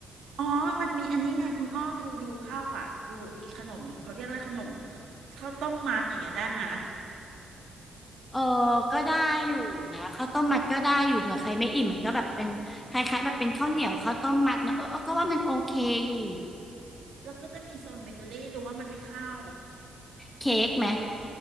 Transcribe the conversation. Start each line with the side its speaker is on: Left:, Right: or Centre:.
Right: อ๋อมันมีอันนี้ไงคุณอ้อดูดูเข้าวอ่ะดูไอ้ขนมเขาเรียกอะไรขนมข้าวต้มมัดอย่างเงี้ยได้ไหมย
Left: เออก็ได้อยู่นะข้าวต้มมัดก็ได้อยู่เผื่อใครไม่อิ่มมันก็แบบเป็นคล้ายๆแบบเป็นข้าวเหนียวข้าวต้มมัดเนอะเออเออก็ว่ามันโอเคอยู่
Right: แล้วก็จะมีโซนเบเกอรี่หรือว่ามันไม่เข้า
Left: เค้กไหม